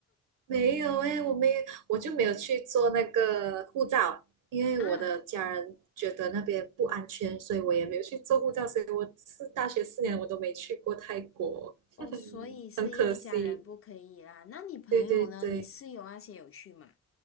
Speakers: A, on the right (about 80°); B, on the left (about 45°).
A: 没有诶，我没我就没有去做那个护照，因为我的家人觉得那边不安全，
B: <laughs> 啊，
A: 所以我也没有去做护照，所以我是大学四年我都没去过泰国，
B: 哦，所以是因为家人不可以啦。
A: <laughs> 很可惜。
B: 那你朋友呢？
A: 对对对。
B: 你室友那些有去吗？